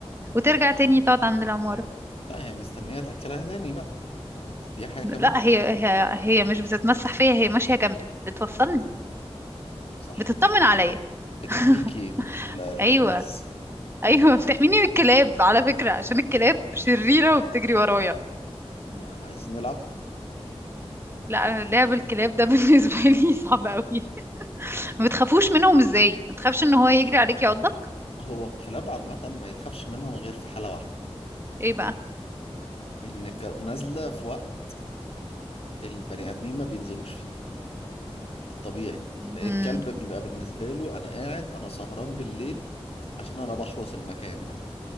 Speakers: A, on the right; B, on the left.
A: وترجع تاني تقعد عند العماره
B: لا هي مستنية تأكلها تاني بقى وتديها حاجة
A: لا
B: كمان
A: هي هي هي مش بتتمسح فيا هي ماشيه جنبي بتوصلني
B: صح
A: بتطمن
B: بتح...
A: عليا
B: بتحميكي
A: <laughs>
B: من ال- الناس
A: ايوه ايوه <laughs> بتحميني من الكلاب على فكره عشان الكلاب شريره وبتجري ورايا
B: ما عايزين يلعبوا
A: لا انا لعب الكلاب ده بالنسبه لي <laughs> صعب قوي ما بتخافوش منهم ازاي ما تخافش ان هو يجري عليك يعضك
B: هو الكلاب عامة ما يتخافش منهم غير في حالة واحدة
A: ايه بقى
B: ان ك- نازله في وقت البني ادمين ما بينزلوش فيه في الطبيعي لان
A: امم
B: الكلب بيبقى بالنسبه له انا قاعد انا سهران بالليل عشان انا بحرس المكان ده